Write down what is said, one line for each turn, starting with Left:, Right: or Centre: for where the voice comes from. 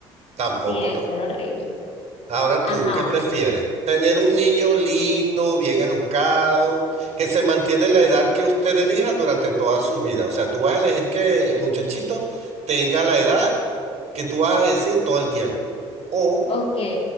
Right: tampoco,
Left: Sí, eso
Right: ¿no?
Left: era horrible.
Right: Ahora tú,
Left: Ajá.
Right: ¿qué prefieres? ¿Tener un niño lindo, bien educado, que se mantiene en la edad que usted elija durante toda su vida? O sea, tú vas a elegir que el muchachito tenga la edad que tú vas a decir todo el tiempo. O,
Left: Ok.